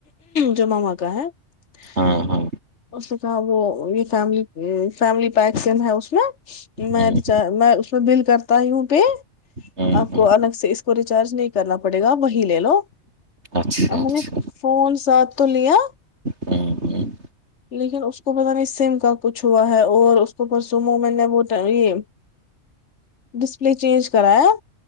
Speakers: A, on the left; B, on the right.
A: جو ماما کا ہے <unintelligible>
B: ہاں ہاں
A: اس نے کہا وہ یہ فیم فیملی پیکند ہے اس میں میں
B: ہوں
A: ریچار میں اس میں بل کرتا ہی ہوں پے
B: ہوں
A: آپ
B: ہوں
A: کو الگ سے اس کو ریچارج نہیں کرنا پڑے گا وہی لے لو
B: اچھا
A: ا
B: اچھا
A: میں نے فون ساتھ تو لیا
B: ہوں ہوں
A: لیکن اس کو پتہ نہیں سم کا کچھ ہوا ہے اور اس کو پرس میں نے یہ ڈسپلے چینج کرایا